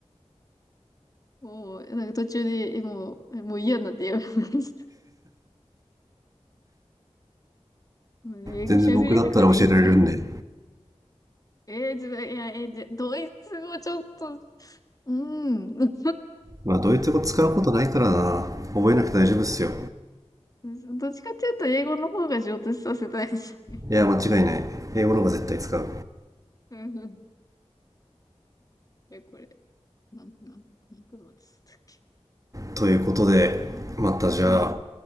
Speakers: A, on the left (about 30°); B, on the right (about 30°).
A: もう、なんか途中で、もう、もう嫌になってやめました。もう英語喋れるからいいか。
B: 全然僕だったら教えられるんで。
A: えー、じゃ、いや、えー、じゃ、ドイツ語ちょっと、うん。
B: まあ、ドイツ語使うことないからな。覚えなくて大丈夫っすよ。
A: どっちかっていうと、英語の方が上達させたいですね。
B: いや、間違いない。英語の方が絶対使う。
A: うんうん。え、これ、なん、なん、何分待つったっけ
B: ということで、またじゃあ、
A: はい。